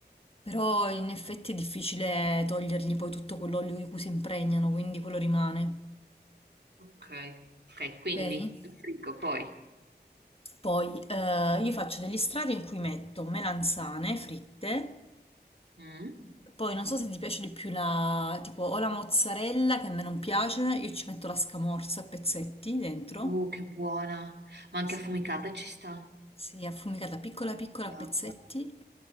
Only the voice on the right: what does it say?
ok, ok, quindi
lo frigo poi.
Mm.
Oh, che buona. Ma anche
affumicata ci sta.
Andata.